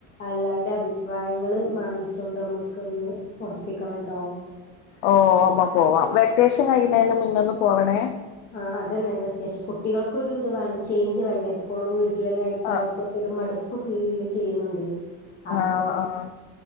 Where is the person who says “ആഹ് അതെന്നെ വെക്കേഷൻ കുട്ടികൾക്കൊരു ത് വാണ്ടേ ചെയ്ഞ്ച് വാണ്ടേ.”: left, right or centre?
Left